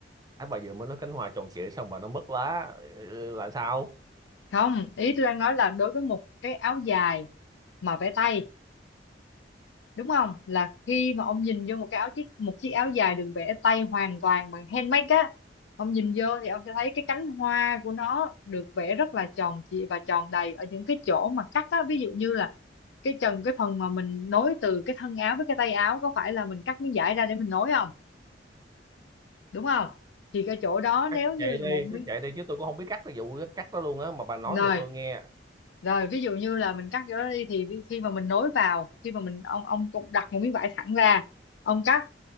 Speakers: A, on the right; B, on the left.
A: Á bà vừa mới nói cánh hoa tròn trịa xong bà nó mất lá Ừ, là sao?
B: không ý tôi đang nói là đối với một cái áo dài mà vẽ tay đúng không là khi mà ông nhìn vô một cái áo chiếc một chiếc áo dài được vẽ tay hoàn toàn bằng handmade á ông nhìn vô thì ông sẽ thấy cái cánh hoa của nó được vẽ rất là tròn trịa và tròn đầy ở những cái chỗ mà cắt á ví dụ như là cái trần cái phần mà mình nối từ cái thân áo với cái tay áo có phải là mình cắt miếng vải ra để mình nối không đúng không thì cái chỗ đó
A: Cắt
B: nếu như
A: chạy
B: là
A: đi,
B: một miếng
A: cắt chạy đi chứ tôi cũng không biết cắt cái vụ cắt đó luôn á mà bà nói
B: rồi
A: thì tôi nghe.
B: rồi ví dụ như là mình cắt chỗ đó đi thì khi mà mình nối vào khi mà mình ông ông cũng đặt một miếng vải thẳng ra ông cắt